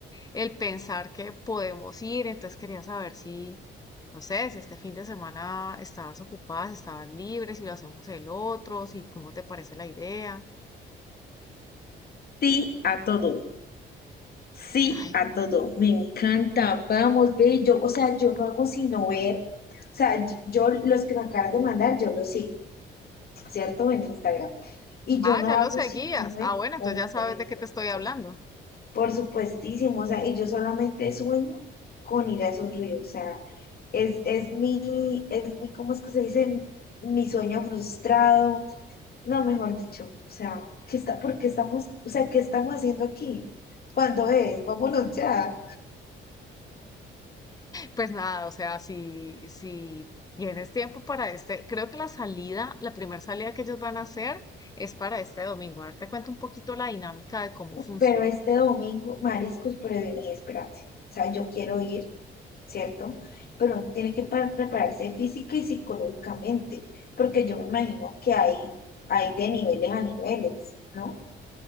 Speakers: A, on the left; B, on the left.
A: el pensar que podemos ir. Entonces quería saber si, no sé, si este fin de semana estabas ocupada, si estabas libre, si lo hacemos el otro, si cómo te parece la idea.
B: sí a todo. Sí
A: Ay,
B: a todo. Me encanta. Vamos, ve. Yo, o sea, yo no hago sino ver. O sea, yo yo los que me acabas de mandar, yo los sigo. ¿cierto? En Instagram. Y yo
A: ah,
B: no
A: ya
B: hago
A: lo seguías.
B: sino ver
A: Ah, bueno,
B: hombre,
A: entonces ya sabes de qué
B: por
A: te estoy hablando.
B: supuesto. Por supuestísimo, o sea, y yo solamente sueño con ir a esos ríos, o sea, es, es mi, es mi, ¿cómo es que se dice? Mi sueño frustrado, no, mejor dicho, o sea, ¿qué está, por qué estamos, o sea, qué estamos haciendo aquí? ¿Cuándo es? Vámonos ya.
A: Pues nada, o sea, si, si tienes tiempo para este, creo que la salida, la primera salida que ellos van a hacer es para este domingo. Ahora te cuento un poquito la dinámica de cómo funciona.
B: Pero este domingo, mariscos, pero vení, espérate. O sea, yo quiero ir, ¿cierto? Pero uno tiene que pa- prepararse física y psicológicamente, porque yo me imagino que hay, hay de niveles a niveles, ¿no?